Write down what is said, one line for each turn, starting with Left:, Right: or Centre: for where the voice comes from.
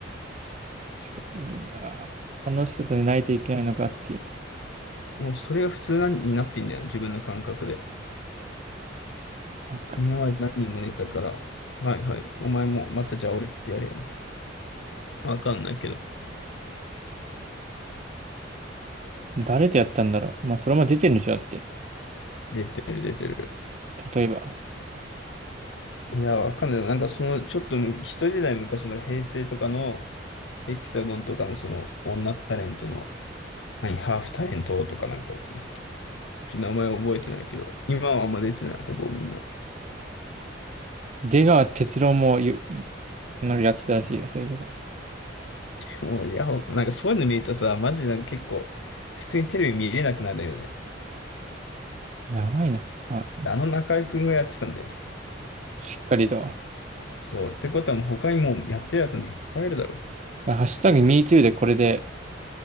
Right: しかいやーこの人と寝ないといけないのかっていう。
Left: もうそれが普通なんになってんじゃな自分の感覚で。
Right: あく
Left: 今まで何人も寝たから、はいはい、お前もまたじゃあ俺ってやれよみたいな。わかんないけど。
Right: 誰とやったんだろう。まあそれも出てるんでしょだって。
Left: 出てる出てる。
Right: 例えば。
Left: いや、わかんない。なんかその、ちょっと一時代昔の平成とかのヘキサゴンとかのその女タレントの、何、ハーフタレントとかなんか、ちょっと名前覚えてないけど、今はあんま出てない、ほぼみんな。
Right: 出川哲朗もよなんかやってたらしいよ。そういうこと。
Left: もう、いや、なんかそういうの見るとさ、マジなんか結構、普通にテレビ見れなくなるよね。
Right: やばいな。あ、
Left: あの中居君がやってたんだよ。
Right: しっかりと。だか
Left: そう。ってことはもう他にもうやってるやつなんていっぱいいるだろ
Right: らハッシュタグ MeToo でこれで